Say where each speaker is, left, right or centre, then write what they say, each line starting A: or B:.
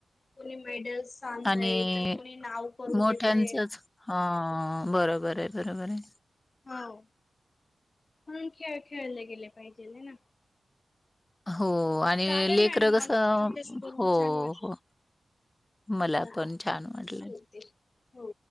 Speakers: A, on the left; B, on the left.
A: कुणी मेडल्स आणतंय
B: आणि
A: तर कुणी नाव करून
B: मोठ्यांचच
A: येतंय.
B: हा, बरोबरंय, बरोबरंय.
A: हाव. म्हणून खेळ खेळले गेले पाहिजे. है ना?
B: हो आणि
A: चालेल
B: लेकरं
A: मॅडम
B: कसं,
A: मग तुमच्याशी बोलून
B: हो
A: छान वाटले.
B: हो. मला
A: चालेल
B: पण छान वाटलं.
A: ठेवते हो.